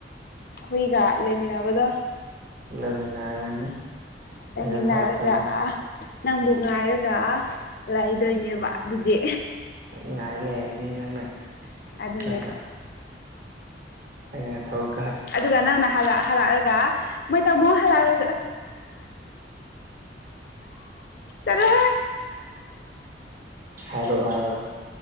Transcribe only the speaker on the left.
ꯍꯨꯏꯒꯥ ꯂꯩꯃꯤꯟꯅꯕꯗꯣ
ꯂꯩꯃꯤꯟꯅꯔꯒꯥ
ꯑꯥ ꯅꯪꯕꯨ ꯉꯥꯏꯔꯒꯥ ꯂꯩꯥꯗꯣꯏꯅꯦꯕ ꯑꯗꯨꯗꯤ
ꯑꯗꯨꯅꯦ
ꯑꯗꯨꯒꯥ ꯅꯪꯅ ꯍꯜꯂꯛ ꯍꯜꯂꯛꯔꯥꯒ ꯃꯣꯏ ꯇꯥꯃꯣ ꯍꯥꯂꯔ ꯆꯥꯂꯥꯍꯦ